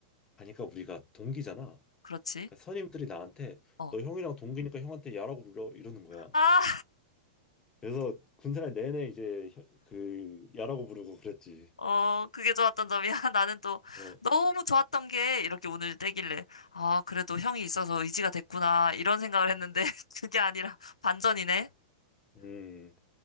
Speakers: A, on the left (about 20°); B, on the left (about 80°).
A: 가니까 우리가 동기잖아.
B: 그렇지.
A: 그러니까 선임들이 나한테
B: 어.
A: 너 형이랑 동기니까 형한테 야라고 불러 이러는 거야.
B: 아,
A: 그래서 군생활 내내 이제 혀- 그 야라고 부르고 그랬지.
B: 어, 그게 좋았던 점이야. <laughs> 나는 또
A: 어,
B: 너무 좋았던 게 이렇게 운을 떼길래, 아, 그래도 형이 있어서 의지가 됐구나. 이런 생각을 했는데, <laughs> 그게 아니라 반전이네.
A: 음,